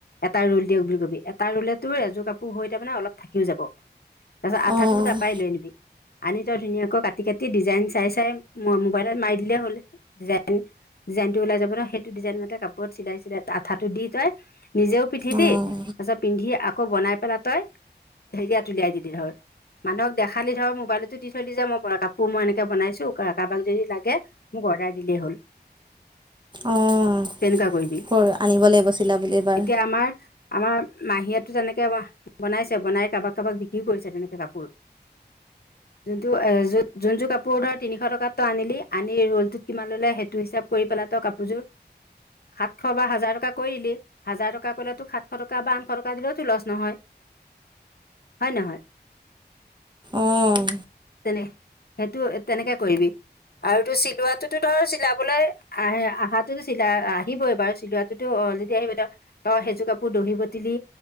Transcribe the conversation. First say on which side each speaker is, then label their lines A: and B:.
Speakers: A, on the left (about 60°); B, on the right (about 25°).
A: এটা ৰ'ল দিয়ক বুলি কবি, এটা ৰুলে তোৰ এযোৰ কাপোৰ হৈ তাৰমানে অলপ থাকিও যাব তাৰপিছত আঠাটোও
B: অঁ
A: তাৰ পৰাই লৈ আনিবি। আনি তই ধুনীয়াকৈ কাটি-কাটি ডিজাইন চাই চাই মো-মোবাইলত মাৰি দিলে হ'ল ডিজাইন। জাইনটো ওলাই যাব <unintelligible> সেইটো ডিজাইন মতে কাপোৰত চিলাই -চিলাই আঠাটো দি তই নিজেও পিন্ধিলি
B: অঁ
A: তাৰ পিছত পিন্ধি আকৌ বনাই পেলাই তই হেৰিয়াত উলিয়াই দিলি হল মানুহক দেখালি ধৰ মোবাইলটো দি থৈ দি যে মই কাপোৰ মই এনেকে বনাইছো কাৰোবাক যদি লাগে ম অৰ্ডাৰ দিলেই হ'ল।
B: অঁ
A: তেনেকুৱা কৰিবি,
B: কৰ আনিব লাগিব চিলাবলৈ এইবাৰ
A: তেতিয়া আমাৰ আমাৰ মাহীয়েটো তেনেকে বনাইছে, বনাই কাৰোবাক কাৰোবাক বিক্ৰীও কৰিছে তেনেকে কাপোৰ <unintelligible> যোনটো এ যোন যোৰ কাপোৰ ধৰ তিনিশ টকাত তই আনিলি আনি ৰ'লটোত কিমান ললে সেইটো হিচাপ কৰি পেলা ত কাপোৰযোৰ সাতশ বা হাজাৰ টকা কৰি দিলি, হাজাৰ টকা কৰিলে তোক সাতশ টকা বা আঠশ টকা দিলেওতো লচ নহয় হয় নহয়,
B: অঁ
A: তেনে সেইটো তেনেকে কৰিবি, আৰু তোৰ চিলোৱাটোতো ধৰ চিলাবলৈ আহে আহাতোতো চিলাই, আহিবই বাৰু চিলোৱাটোতো অলৰেডি আহিবই ত তই সেইজোৰ কাপোৰ দহি বাতি দি